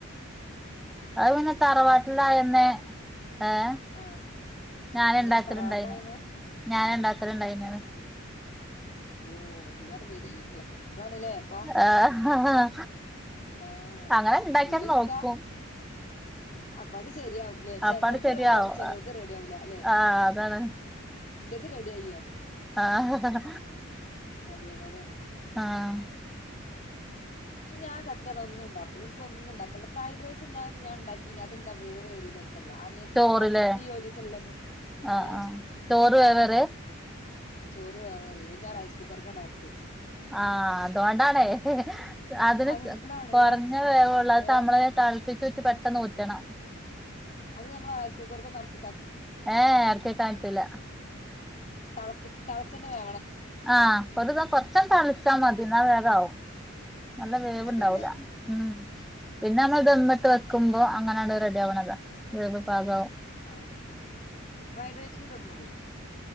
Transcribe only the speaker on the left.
ഉം
ആഹ്
എങ്ങനെ തറവാട്ടിലായിരുന്നേ
യോ ഇങ്ങള് വെരി നല്ല കുക്കാണ്ല്ലേ അപ്പൊ
ആഹ്
വല്യ കുക്കാ
അപ്പാണ്ടിസ് ശരിയാവുംലേ ചെലോൽത്
റെഡിയാവും ചെലോൽത് റെഡി ആവൂല അല്ലേ
എൻ്റത് റെഡിയായീയറഞ്ഞ്
അതേപോലെയാണ്
ഉം ക്ഷെ ഞാൻ സത്യടോ ഒന്നും ഉണ്ടാക്കൂല എനിക്കൊന്നും ഇണ്ടാക്കണ്ട ഫ്രൈഡ് റൈസ് ഇന്നാളൊരൂസം ഞാൻ ഉണ്ടാക്കീന് അതെന്താ വ് വേവേറീലേ അല്ല അനിയത്തിണ്ട്
അനിയത്തി ഒരീസല്ലെന്
ഏഹ്
ചോറ് വേവേറി അയ് ഞാൻ റൈസ് കുക്കറ്ക്കാണ്ടെറക്കി വെച്ച്
അതോണ്ടാണ്
രസം
ഏഹ്
അത് നമ്മള റൈസ് കുക്കർക്കൊന്നെറക്ക്
തെളപ്പിച്ച് തെളച്ചന്ന വേ
അതെല്ലേ
ആഹ്
ആഹ ഫ്രൈഡ് റൈസിന് ദമ്മിടുവോ